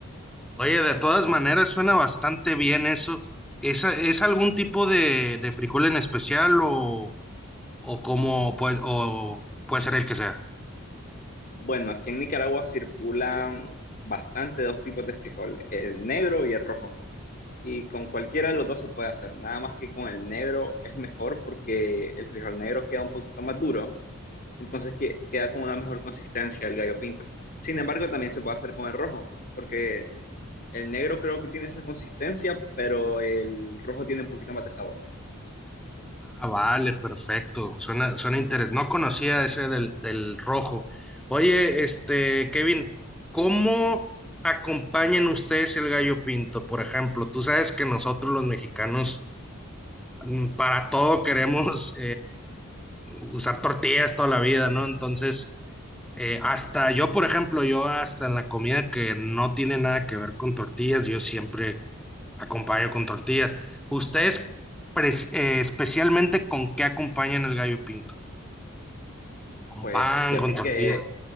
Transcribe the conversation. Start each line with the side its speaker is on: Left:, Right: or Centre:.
Centre: Oye, de todas maneras suena bastante bien eso. ¿Es, es algún tipo de, de frijol en especial o, o cómo puede, o puede ser el que sea?
Left: Bueno, aquí en Nicaragua circulan bastante dos tipos de frijol, el negro y el rojo. Y con cualquiera de los dos se puede hacer, nada más que con el negro es mejor porque el frijol negro queda un poquito más duro, entonces que- queda con una mejor consistencia el gallo pinto. Sin embargo, también se puede hacer con el rojo, porque el negro creo que tiene esa consistencia, pero el rojo tiene un poquito más de sabor.
Centre: Ah, vale, perfecto. Suena, suena interesante. No conocía ese del, del rojo. Oye, este, Kevin, ¿cómo acompañan ustedes el gallo pinto? Por ejemplo, tú sabes que nosotros los mexicanos mm, para todo queremos usar tortillas toda la vida, ¿no? Entonces, eh, hasta yo, por ejemplo, yo hasta en la comida que no tiene nada que ver con tortillas, yo siempre acompaño con tortillas. ¿Ustedes pres- eh, especialmente con qué acompañan el gallo pinto? ¿Con
Left: Pues
Centre: pan,
Left: fíjate
Centre: con tortilla?
Left: que